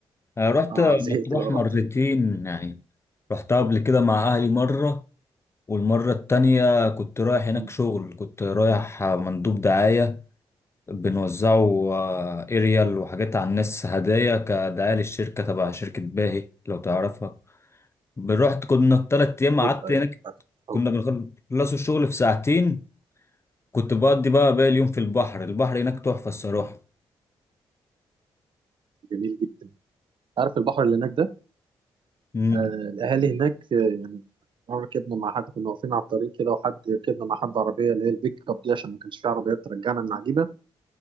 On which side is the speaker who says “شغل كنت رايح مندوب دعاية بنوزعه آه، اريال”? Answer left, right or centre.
Left